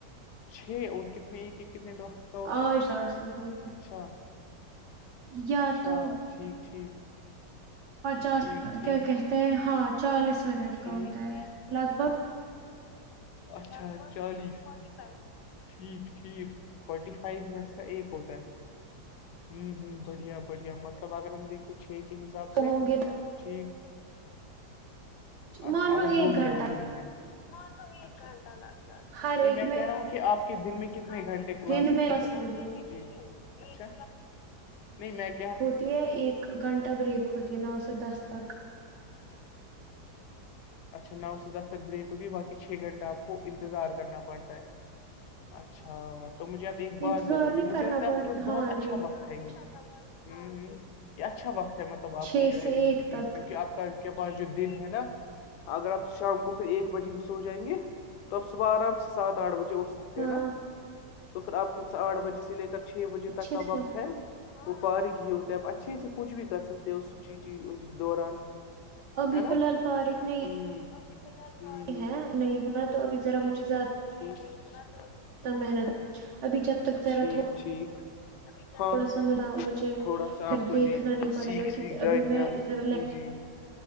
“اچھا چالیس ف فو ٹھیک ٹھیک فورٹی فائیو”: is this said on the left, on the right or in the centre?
Left